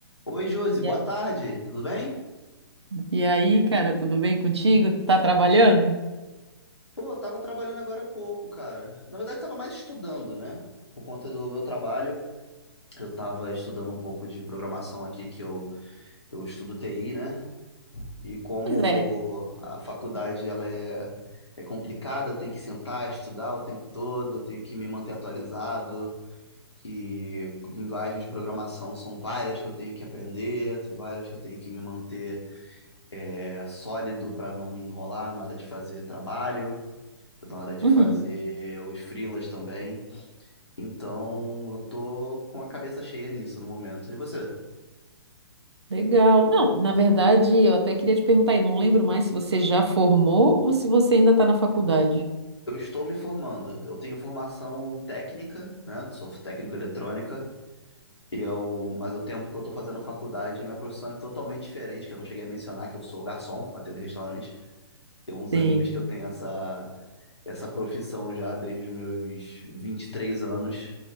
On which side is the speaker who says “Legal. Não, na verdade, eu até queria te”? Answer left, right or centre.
Right